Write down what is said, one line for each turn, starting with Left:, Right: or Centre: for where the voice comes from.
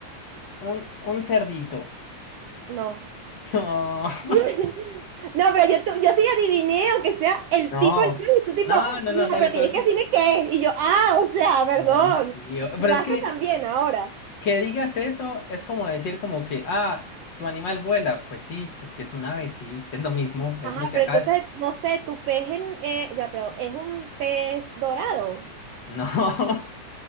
Left: un, un cerdito.
Right: No.
Left: <laughs>
Right: <laughs> No, pero yo, tu- yo sí adiviné, aunque sea el
Left: No,
Right: tipo de animal, y tú tipo,
Left: no,
Right: no,
Left: no, no, no, dale,
Right: pero
Left: pero
Right: tienes
Left: es que.
Right: que decirme qué. Y yo, ah, o sea, perdón.
Left: No, tío,
Right: Raza
Left: pero es que
Right: también ahora.
Left: Que digas eso es como decir como que, ah, tu animal vuela. Pues sí, pues si es un ave, sí, es lo mismo, es
Right: Ajá,
Left: lo que
Right: pero
Left: acá.
Right: entonces, no sé, tu pez en, eh, ya, pero es un pez dorado.
Left: No,